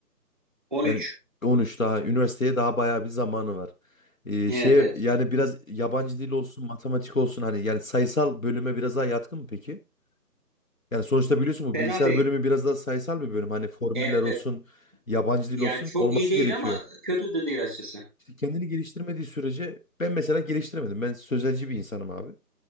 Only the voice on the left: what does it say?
Yani 13 daha üniversiteye daha bayağı bir zamanı var. Ee,
şeye
yani biraz yabancı dil olsun, matematik olsun hani yani sayısal bölüme biraz daha yatkın mı peki? Yani sonuçta biliyorsun bu
bilgisayar
bölümü biraz daha sayısal bir bölüm. Hani formüller
olsun,
yabancı
dil olsun
olması
gerekiyor.
İşte kendini geliştirmediği sürece ben mesela geliştiremedim. Ben sözelci bir insanım abi.